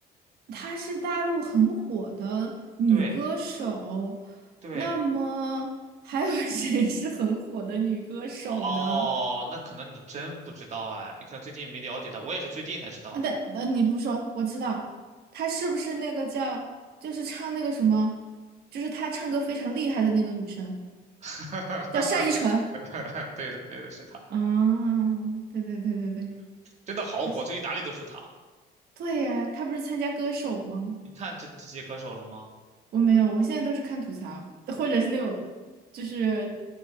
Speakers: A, on the right; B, on the right.
A: 她是大陆很火的女歌手。
B: 对对，
A: 那么还有 <laughs> 谁是很火的女歌手呢？
B: 哦，那可能你真不知道哎，你可能最近没了解他，我也是最近才知道的。
A: 啊，等，呃，你不说，我知道，她是不是那个叫，就是唱那个什么，就是她唱歌非常厉害的那个女生？
B: <laughs>
A: 叫单依纯。
B: 对的，对的，是他，
A: 啊，对对对对对，
B: <laughs> 真的好火，
A: 而且
B: 最近哪里都是他。
A: 对呀，他不是参加歌手吗？
B: 你看这这些歌手了吗？
A: 我没有，我现在都是看吐槽，或者是那种就是